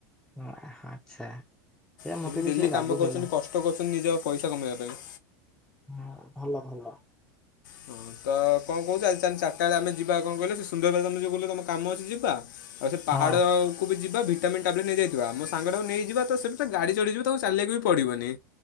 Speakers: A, in the centre; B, on the left.
A: ଓ ଆଚ୍ଛା। ସେଇଆ
B: ଯଦି
A: ମତେ
B: ଡେଲି
A: ବି ସେଇଆ
B: କାମ
A: ଲାଗୁଥିଲା।
B: କରୁଛନ୍ତି କଷ୍ଟ କରୁଛନ୍ତି ନିଜ ପଇସା କମେଇବା ପାଇଁ।
A: ହୁଁ ଭଲ ଭଲ।
B: ହଁ ତ କଣ କହୁଛ ଆଜି ଚାଲି ଚାରିଟା ବେଳେ ଆମେ ଯିବା କଣ କହିଲ ସେ ସୁନ୍ଦରବେଲା ତମେ ଯଉ କହୁଥିଲ ତମ କାମ ଅଛି ଯିବା। ଆଉ ସେ ପାହାଡ଼
A: ହଁ
B: କୁ ବି ଯିବା ଭି ଭିଟାମିନ୍ ଟାବଲେଟ୍ ନେଇଯାଇଥିବା ମୋ ସାଙ୍ଗଟାକୁ ନେଇଯିବା ତ ସେ ତ ଗାଡ଼ି ଚଢ଼ିଯିବ ତାକୁ ଚାଲିବାକୁ ବି ପଡ଼ିବନି।